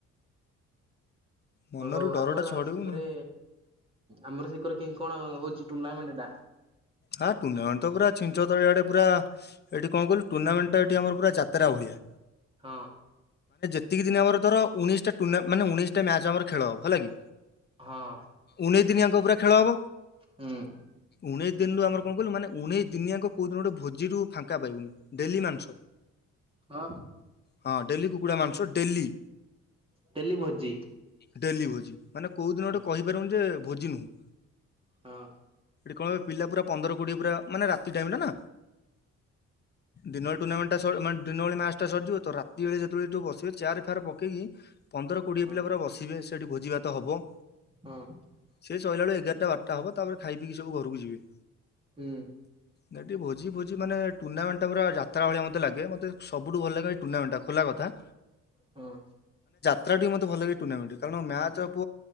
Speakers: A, on the left; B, on the right.
A: ମନରୁ
B: ଓ ହଉଁ
A: ଡରଟା
B: ଆମର
A: ଛଡେଇବୁନୁ।
B: ସେକରେ ଆମର ସେକରେ କେମିତି କଣ ହଉଛି ଟୁର୍ଣ୍ଣାମେଣ୍ଟ ଟା?
A: ହଁ ଟୁର୍ଣ୍ଣାମେଣ୍ଟ ତ ପୁରା ଛିନ ଛତର। ଏଆଡ ପୁରା ଏଠି କଣ କହିଲୁ ଟୁର୍ଣ୍ଣାମେଣ୍ଟ ପୁରା ଏଠି ଆମର ପୁରା ଯାତ୍ରା ଭଳିଆ।
B: ହଁ।
A: ଏତିକି ଦିନ ଆମର ଉଣେଇଶଟା ଟୁଣ୍ଣା ମାନେ ଉଣେଇଶଟା ମ୍ୟାଚ ଆମର ଖେଳ ହବ ହେଲା କି।
B: ହଁ
A: ଉଣେଇଶ ଦିନିଆଙ୍କ ପୁରା ଖେଳ ହବ।
B: ହୁଁ
A: ଉଣେଇ ଦିନୁ ଆମର କଣ କହିଲୁ, ମାନେ ଉଣେଇଶ ଦିନିଆଙ୍କ କୋଉଁ ଦିନ ଗୋଟେ ଭୋଜିରୁ ଫାଙ୍କା ପାଇବୁନି। ଡେଲି ମାଂସ।
B: ହଁ,
A: ହଁ ଡେଲି କୁକୁଡ଼ା ମାଂସ ଡେଲି।
B: ଡେଲି ଭୋଜି।
A: ଡେଲି ଭୋଜି। ମାନେ କୋଉଁ ଦିନ
B: ହଁ
A: ଗୋଟେ କହିପାରିବୁନି ଯେ ଭୋଜି ନୁହଁ।
B: ହଁ।
A: କଣ ପିଲା ପୁରା ପନ୍ଦର କୋଡିଏ ପୁରା ମାନେ ରାତି ଟାଇମ ଟାନା, ଦିନରେ ଟୁର୍ଣ୍ଣାମେଣ୍ଟ <unintelligible> ଦିନବେଳେ ମ୍ଯାଚ ସରିଯିବ ତ ରାତି ବେଳେ ଯେତେବେଳୁ ବସିବେ ଚେୟାର ଫେୟାର ପକେଇକି ପନ୍ଦର କୋଡ଼ିଏ
B: ହଁ
A: ପିଲା ପୁରା ବସିବେ ସେଠି ଭୋଜି ଭାତ ହବ।
B: ହଁ
A: ସେ ସଇଲା ବଳୁ ଏଗାରଟା ବାରଟା ହବ। ତାପରେ ଖାଇ ପିଇକି ସବୁ ଘରକୁ ଯିବେ।
B: ହୁଁ।
A: ଏଇଠି ଭୋଜି ଫୋଜି ମାନେ ଟୁର୍ଣ୍ଣାମେଣ୍ଟ ପୁରା ଯାତ୍ରା ଭାଲିଆ ମତେ ଲାଗେ। ମତେ ସବୁଠୁ ଭଲ ଲାଗେ ଏଇ ଟୁର୍ଣ୍ଣାମେଣ୍ଟ ଟା ଖୋଲା କଥା।
B: ହଁ।
A: <unintelligible> ମତେ ଭଲ ଲାଗେ ଟୁର୍ଣ୍ଣାମେଣ୍ଟ କାରଣ ମ୍ୟାଚ୍ ପ